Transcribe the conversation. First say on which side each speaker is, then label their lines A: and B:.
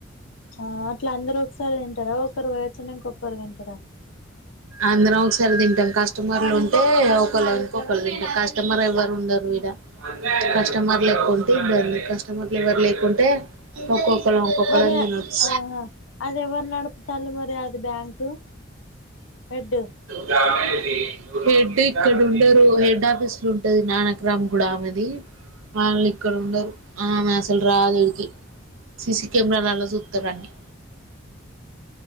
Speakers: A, on the left; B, on the right.
A: ఆ అట్లా అందరు ఒకసారి తింటారా ఒకరు పోయచ్చనంక ఒక్కరు తింటరా
B: అందరం ఒకసారి తింటాం. కస్టమర్లు ఉంటే ఒకళ్ళను ఒకళం తింటాం. కస్టమర్ ఎవ్వరు ఉండరు కస్టమర్ లేకుంటే ఇబ్బంది కస్టమర్లు ఎవరు లేకుంటే ఒక్కొక్క ఒక్కొక్కలం ఒక్కొక్కలం
A: మరి
B: తినచ్చు
A: ఆహా అది ఎవరు నడుపుతాళ్ళు మరి అది బ్యాంకు హెడ్
B: కాహ హెడ్ ఇక్కడ ఉండరు హెడ్ ఆఫీస్ లో ఉంటది నానక్రామ్ గూడ ఆమెది వాళ్ళ ఇక్కడండారు ఆమే అసలు రాదు ఈడికి సిీసిీ కెమెరాాల అలో సుత్తురన్టా